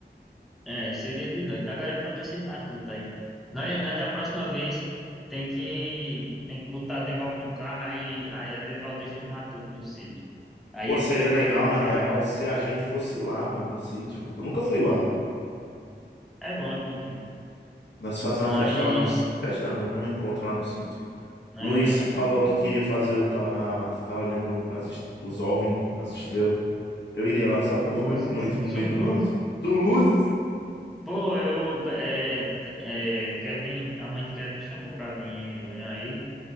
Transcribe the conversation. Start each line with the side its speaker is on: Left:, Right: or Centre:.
Centre: é, seria de noite. Agora é só desses matutos aí. Nós, nós da próxima vez tem que, tem que botar a Deval com o carro, aí, aí a Deval deixa os matutos no sítio. Aí
Left: Pô, seria
Centre: eu quero ver
Left: legal,
Centre: eles não
Left: na
Centre: ficar.
Left: real, se a gente fosse lá, mano, no sítio. Eu nunca fui lá.
Centre: É bom, é bonzinho.
Left: Nós fazer
Centre: Mas,
Left: uma festa lá no... Festa não, né? Um encontro lá no sítio.
Centre: né,
Left: Luiz
Centre: é, é bom,
Left: falou
Centre: é bom,
Left: que
Centre: velho.
Left: queria fazer o ta- a- ficar olhando as est- os OVNI, as estrelas. Eu iria lá só pra
Centre: Luzes,
Left: ficar de noite no meio
Centre: luzes.
Left: do mato. Tu luzes?
Centre: Pô, eu, é, é, Kevin, a mãe de Kevin chamou pra vir em junho aí,